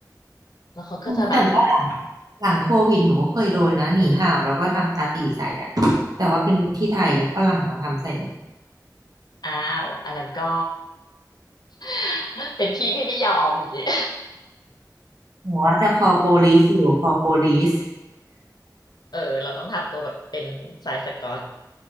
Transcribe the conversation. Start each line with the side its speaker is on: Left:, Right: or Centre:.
Left: แล้วเขาก็จะแบบ
Right: อืมแต่ว่าหลังโควิดหนูก็เคยโดนนะหนีห่าวแล้วก็ทำตาตีใส่อ่ะแต่ว่าเป็นที่ไทยฝรั่งมาทำใส่หนู
Left: อ้าวอันนั้นก็ <laughs> เป็นพี่พี่ไม่ยอมอย่างงี้
Right: หนูว่าจะ call police อยู่ call police
Left: เออเราต้องทำตัวแบบเป็นสายสก๊อต